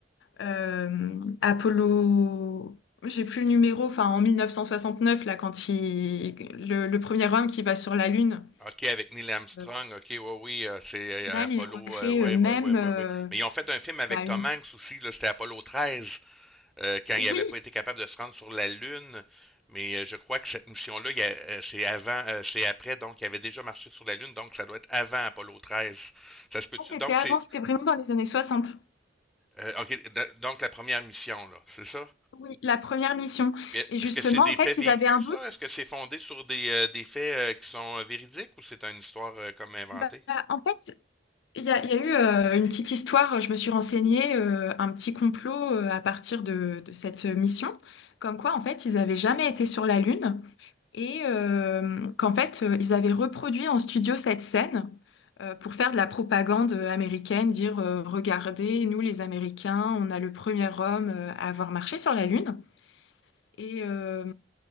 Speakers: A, on the left; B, in the centre.
A: euh, Apollo, j'ai plus le numéro, enfin, en 1969, là, quand il, le, le premier homme qui va sur la Lune,
B: OK, avec Neil Armstrong,
A: euh,
B: OK, ouais, oui, euh, c'est
A: au final,
B: euh, Apollo,
A: il recrée
B: euh, ouais,
A: euh, même
B: ouais, ouais, ouais,
A: euh,
B: ouais. Mais ils ont fait un film avec
A: bah,
B: Tom
A: une.
B: Hanks aussi, là, c'était Apollo 13, euh, quand
A: Oui,
B: il n'avait pas été capable de se rendre sur la Lune. Mais euh, je crois que cette mission-là, il y a- euh, c'est avant, euh, c'est après, donc il avait déjà marché sur la Lune, donc ça doit être avant Apollo 13. Ça se peut-tu?
A: C'était
B: Donc
A: avant,
B: c'est,
A: c'était vraiment dans les années 60.
B: euh, OK, d- donc la première mission, là, c'est ça?
A: Oui, la première mission.
B: Puis,
A: Et justement,
B: Est-ce que c'est des
A: en fait,
B: faits
A: ils
B: vécus,
A: avaient un doute.
B: ça? Est-ce que c'est fondé sur des, euh, des faits euh, qui sont euh, véridiques ou c'est une histoire euh, comme inventée?
A: Bah, bah, en fait, il y a, il y a eu euh, une petite histoire, je me suis renseignée, euh, un petit complot euh, à partir de, de cette mission, comme quoi, en fait, ils n'avaient jamais été sur la Lune et euh, qu'en fait, euh, ils avaient reproduit en studio cette scène euh, pour faire de la propagande américaine, dire, euh, regardez, nous, les Américains, on a le premier homme euh, à avoir marché sur la Lune. Et euh,